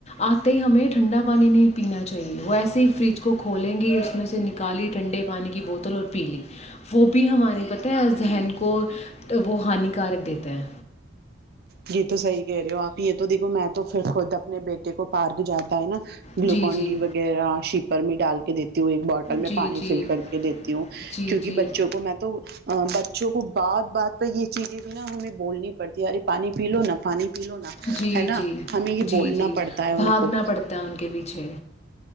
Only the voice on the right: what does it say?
یہ تو صحیح کہہ رہے ہو آپ یہ تو دیکھو میں تو پھر خود اپنے بیٹے کو پارک جاتا ہے نا گلوکون
ڈی وغیرہ شیپر میں ڈال کہ ہ ایک باٹل میں
پانی
فل کر کے دیتی ہوں
کیونکہ
بچوں کو میں تو بچ بچوں کو بات بات پر یہ چیزیں بھی نہا ہمیں بولنی پڑتی ہےارے پانی پی لو نہ پانی
نا
ہمیں یہ
بولنا
پڑتا ہے ان
کو